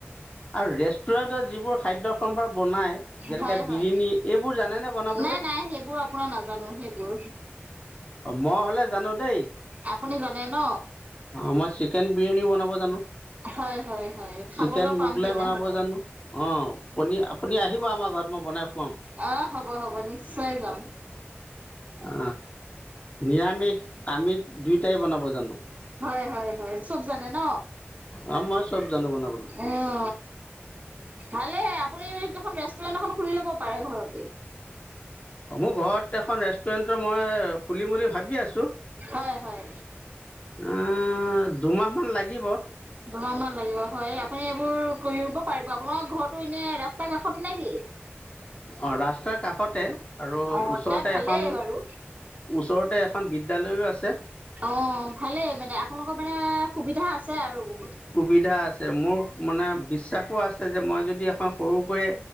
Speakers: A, on the left; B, on the right.
A: আৰু ৰেষ্টুৰেণ্টত যিবোৰ খাদ্য সম্ভাৰ বনাই যেনেকে
B: হয় হয়।
A: বিৰিনি এইবোৰ জানে নে বনাবলে
B: নাই নাই সেইবোৰ আপোনাৰ নাজানো সেইবোৰ
A: অ মই হ'লে জানো দেই
B: আপুনি জানে ন?
A: আমাৰ চিকেন বিৰিয়ানীও বনাব জানো
B: হয় হয় হয় খাবলৈ
A: চিকেন
B: পাম
A: মোগলাই
B: তেনেহলে
A: বনাব জানো অ পনি আপুনি আহিব আমাক মই বনাই খোৱাম
B: অ হ'ব হ'ব নিশ্চয় যাম।
A: অ নিৰামিষ আমিষ দুইটাই বনাব জানো।
B: হয় হয় হয় চব জানে ন।
A: অ মই চব জানো বনাবলৈ
B: হে অ ভালে আপুনি দেখোন ৰেষ্টুৰেণ্ট এখন খুলি ল'ব পাৰে ঘৰতে
A: অ মোৰ ঘৰত এখন ৰেষ্টুৰেণ্টৰ মই খুলিম বুলি ভাবি আছোঁ।
B: হয় হয়
A: অ দুমাহ মান লাগিব
B: দুমাহ মান লাগিব হয় আপুনি এইবোৰ কৰিব পাৰিব আপোনাৰ ঘৰতো এনে ৰাস্তা কাষত নে কি?
A: অঁ ৰাস্তাৰ কাষতে। আৰু
B: অ
A: ওচৰতে
B: তেই ভালেই
A: এখন
B: বাৰু।
A: ওচৰতে এখন বিদ্যালয়ো আছে
B: অ ভালেই মানে আপোনালোকৰ মানে সুবিধা আছে আৰু। বহুত
A: সুবিধা আছে মোৰ মানে বিশ্বাসো আছে যে মই যদি এখন সৰুকৈয়ে